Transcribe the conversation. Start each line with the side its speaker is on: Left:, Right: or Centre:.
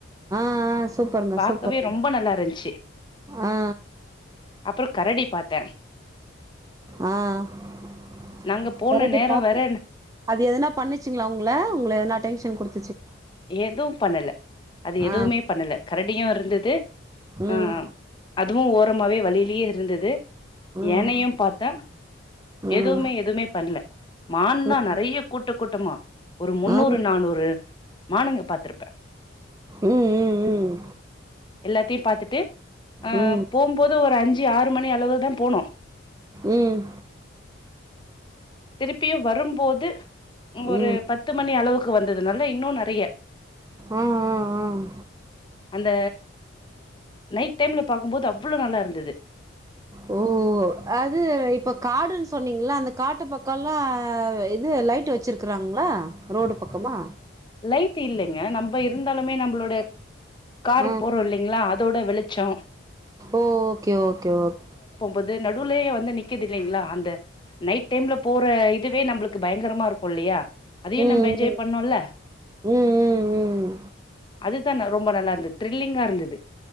Right: ஆ ஆ சூப்பர்ங்க
Left: பாக்கவே
Right: சூப்பர்
Left: ரொம்ப நல்லா இருந்துச்சு
Right: ஆ
Left: அப்புறோ கரடி பாத்தே
Right: ஆ <unintelligible>
Left: நாங்க போன நேரோ வேற
Right: அது எதனா பண்ணிச்சிங்களா உங்கள உங்கள எனா டென்ஷன் குடுத்
Left: எதுவு பண்ணல அது எதுவுமே
Right: ஆ
Left: பண்ணல கரடியு இருந்தது
Right: ம்
Left: ஆ அதுவு ஓரமாவே வழியிலேயே இ இருந்தது
Right: ம்
Left: ஏனையு பாத்த
Right: ம்
Left: எதுவுமே எதுவுமே பண்ணல மான்தா
Right: ம்
Left: நெறைய கூட்ட கூட்டமா ஒரு முன்னூறு
Right: ஆ ம்
Left: நானூறு மானுங்க பாத்திருப்பே
Right: ம்
Left: எல்லாத் டீ பாத்துட்டு அ
Right: ம்
Left: போம்போது ஒரு அஞ்சு ஆ ஒரு மணி அளவுதா போனோ
Right: ம்
Left: திருப்பியு வருபோது ஒரு
Right: ம் ம்
Left: பத்து மணி அளவுக்கு வந்தது நல்ல இன்னு நல்ல ட்ரிய
Right: ஆ ஆ ஆ
Left: அந்த நைட் டைம்ல பாக்குபோது அவ்ளோ நல்லா இருந்தது
Right: ஓ அது இப்ப காடுன்னு சொன்னீங்களா அந்த காட்டு பக்கல்லா இது லைட் வச்சிருக்கறாங்களா ரோடு பக்கமா
Left: லைட்டு இல்லை ங்க நம்ம இருந்தாலுமே நம்மளோட காரு
Right: ஆ
Left: போறோ இல்லிங்களா அது தோட வெளிச்சோ
Right: ஓ ஓகே ஓகே ஓக்
Left: போது நடுலேயே வந்து நிக்குது இல்லிங்களா அந்த நைட் டைம்ல போற இதுவே நம்மளுக்கு பயங்கரமா இருக்கு இல்லியா அதையு
Right: ம்
Left: நம்ம என்ஜாய் பண்ணும்ல
Right: ம் ம் ம் ம்
Left: அதுதா ரொம்ப நல்லா இருந்தது திர்ல்லிங்கா இருந்தது